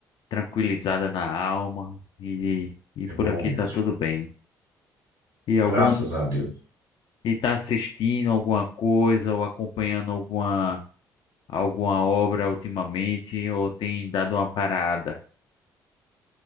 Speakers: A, on the left; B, on the right.
A: tranquilizada na alma e, e
B: É
A: por
B: bom
A: aqui
B: mesmo,
A: tá tudo bem. E alguma
B: graças a Deus.
A: e tá assistindo alguma coisa ou acompanhando alguma alguma obra ultimamente ou tem dado uma parada?